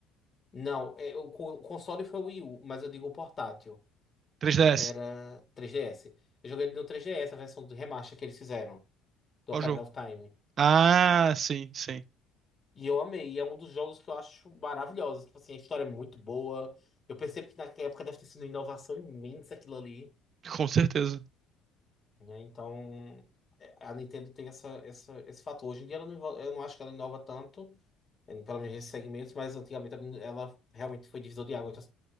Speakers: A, on the left; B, on the right.
A: Não, é, o co- o console foi o Wii U, mas eu digo o portátil.
B: 3DS?
A: Era 3DS. Eu joguei ele no 3DS, a versão do remaster que eles fizeram do
B: Qual
A: Ocarina
B: jogo?
A: of Time.
B: Ah, sim, sim.
A: E eu amei, e é um dos jogos que eu acho maravilhosos. Tipo assim, a história é muito boa. Eu percebo que naquela época deve ter sido uma inovação imensa aquilo ali,
B: Com certeza.
A: né? Então, é, a Nintendo tem essa, essa, esse fator. Hoje em dia ela não, inova- eu não acho que ela inova tanto, em- pelo menos nesses segmentos, mas antigamente ela ela realmente foi divisor de água da...